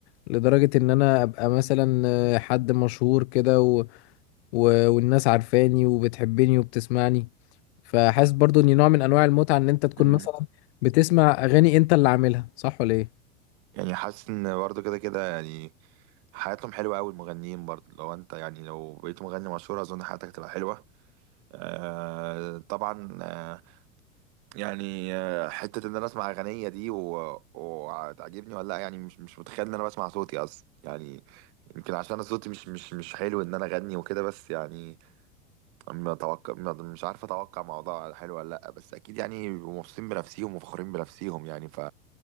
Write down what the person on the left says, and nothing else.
لدرجة ان انا ابقى مثلا آه، حد مشهور كده و... و... والناس عارفاني وبتحبني وبتسمعني فحاسس برضو ان نوع من انواع المتعة ان انت تكون
مثلا بتسمع اغاني انت اللي عاملها صح ولا ايه